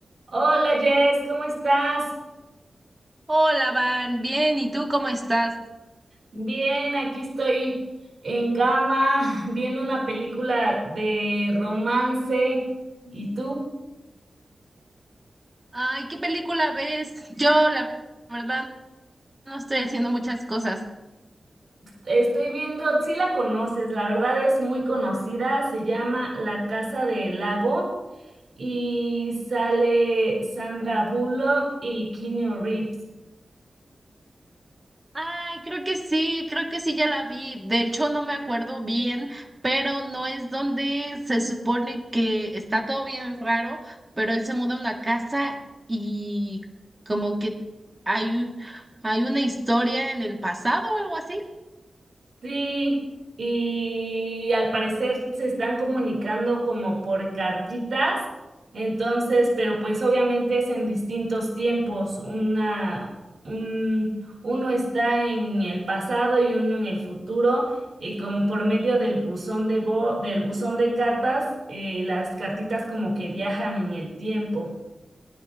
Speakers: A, on the right; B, on the right.
A: Hola Jess, ¿cómo estás?
B: Hola, Van, bien, ¿y tú cómo estás?
A: Bien, aquí estoy en cama <laughs> viendo una película de romance. ¿Y tú?
B: Ay, ¿qué película ves? Yo, la verdad, no estoy haciendo muchas cosas.
A: Estoy viendo, si la conoces, la verdad es muy conocida, se llama La Casa del Lago y sale Sandra Bullock y Keanu Reeves.
B: Ay, creo que sí, creo que sí, ya la vi. De hecho, no me acuerdo bien, pero no es donde se supone que está todo bien raro, pero él se muda a una casa y como que hay, un- hay una historia en el pasado o algo así.
A: Sí, y al parecer se están comunicando como por cartitas, entonces, pero pues obviamente es en distintos tiempos. Una, un, uno está en el pasado y uno en el futuro, y como por medio del buzón de vo- del buzón de cartas, eh, las cartitas como que viajan en el tiempo.